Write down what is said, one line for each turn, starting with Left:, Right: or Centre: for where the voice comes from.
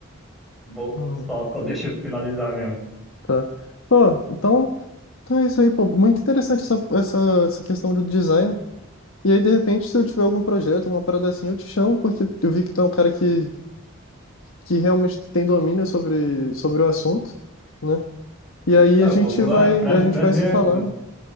Centre: Vou,
Left: uhum.
Centre: só, só deixa eu finalizar mesmo.
Left: Tá. Pô, então, então é isso aí, pô. Muito interessante essa, essa, essa questão do design. E aí, de repente, se eu tiver algum projeto, uma parada assim, eu te chamo, porque eu vi que tu é um cara que, que realmente tem domínio sobre, sobre o assunto, né? E aí
Centre: Eu
Left: a gente
Centre: vou, vou,
Left: vai,
Centre: ah, pra-
Left: a gente
Centre: prazer.
Left: vai se falando.